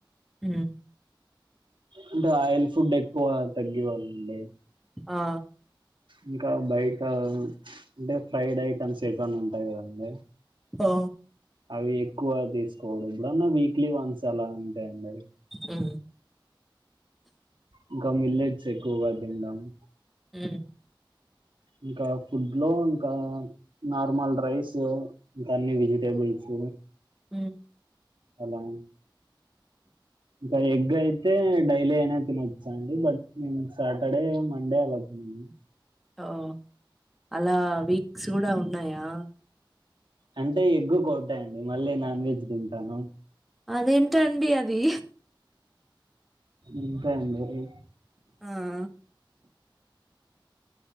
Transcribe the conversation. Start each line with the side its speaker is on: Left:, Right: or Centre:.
Centre: మ్ఁ
Right: అంటే ఆయిల్ ఫుడ్ ఎక్కువ తగ్గవాలండి
Centre: ఆ
Right: ఇంకా బయట అంటే ఫ్రైడ్ ఐటమ్స్ ఎటివన్న ఉంటాయి కదండి
Centre: అఁ
Right: అవి ఎక్కువ తీసుకోకుడద్ ఎప్పుడన్న వీక్లీ వన్స్ అలా అంతే అండి అవి
Centre: మ్ఁ
Right: ఇంక మిల్లేట్స్ ఎక్కువగా తింటాను
Centre: మ్
Right: ఇంకా ఫుడ్ లో ఇంకా నార్మల్ రైస్, ఇంకా అన్ని వెజిటేబుల్స్
Centre: మ్ఁ
Right: అలా ఇంకా ఎగ్ అయితే డైలీ అయినా తినొచ్చండి బట్ నేను సాటర్డే, మండే అలా తినను.
Centre: ఓ అలా వీక్స్ కూడా ఉన్నాయా?
Right: అంటే ఎగ్గుకొకటే అండి, మళ్ళీ నాన్ వెజ్ తింటాను
Centre: అదేంటండి అది
Right: అంతే అండి అది
Centre: ఆఁ